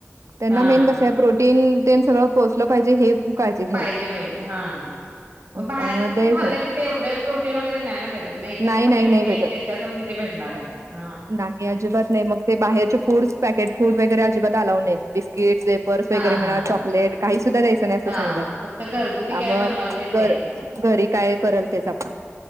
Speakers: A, on the right; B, on the right.
A: त्यांना
B: हां,
A: मेन कस आहे प्रोटीन ते सगळं पोहोचलं पाहिजे हे- काळजी घ्यायची
B: पाहिजे पाहिजे हा.. मग बाहेरच
A: त्यामुळे
B: कसं
A: द्यायचं
B: खाल्लं की ते एवढं प्रोटीन वगैरे नाही ना भेटत मग एकच
A: नाही
B: खाल्लं
A: नाही नाही
B: की
A: भेटत
B: ते त्याच्यातून किती भेटत- भेटणार आहे हां.
A: नाही अजिबात नाही मग ते बाहेरचे फूडस पॅकेट फूड वगैरे अजिबात अलाऊड नाहीेत बिस्किट- व्हेपर्स
B: हां,
A: वगैरे
B: हां,
A: म्हणा
B: हां.
A: चॉकलेट- काही सुद्धा द्यायचं नाही
B: हां,
A: अस सांगितलं त्यामुळे
B: फक्त घरगुती काय बनवाल तेच
A: घर
B: द्यायचं.
A: घरी काय कराल तेच आपण-